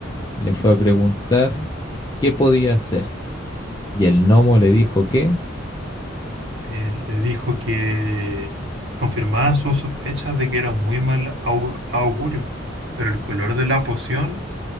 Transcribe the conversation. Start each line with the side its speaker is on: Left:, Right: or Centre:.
Left: le fue a preguntar qué podía hacer. Y el gnomo le dijo que
Right: eh, le dijo que confirmaba sus sospechas de que era un muy mal au- augurio. Pero el color de la poción